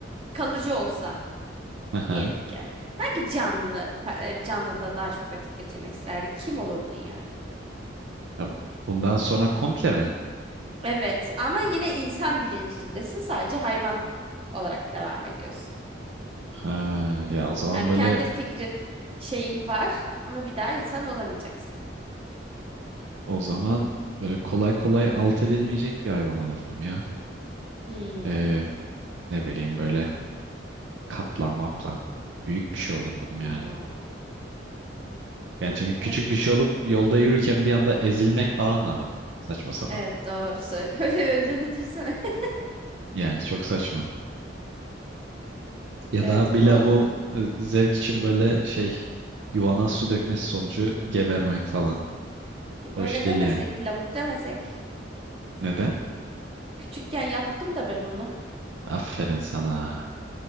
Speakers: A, on the right; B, on the right.
A: kalıcı olsa
B: Aha.
A: diyelim ki. Hangi canlı pe- e, canlıda daha çok vakit geçirmek isterdin? Kim olurdun yani?
B: Ya Bundan sonra komple mi?
A: Evet ama yine insan bilincindesin sadece hayvan olarak devam ediyorsun.
B: Ha, ya o zaman
A: Yani
B: böyle
A: kendi fikrin şeyin var ama bir daha insan olamayacaksın.
B: o zaman böyle kolay kolay alt edilmeyecek bir hayvan olurdum ya.
A: Hmm.
B: Ee, ne bileyim böyle kaplan maplan. Büyük bir şey olurdum
A: Ha.
B: yani. Yani çünkü küçük
A: He-
B: bir şey olup yolda yürürken bir anda ezilmek falan da var. Saçma sapan.
A: Evet doğru söyle. <laughs> Öyle öldüğünü düşünsene. <laughs>
B: Yani çok saçma. Ya
A: Evet
B: da bir
A: bu
B: lavuğun
A: arada.
B: e, zevk için böyle şey yuvana su dökmesi sonucu gebermek falan. Hoş
A: Öyle
B: değil
A: demesek,
B: yani.
A: lavuk demesek.
B: Neden?
A: Küçükken yaptım da ben onu.
B: Aferin sana.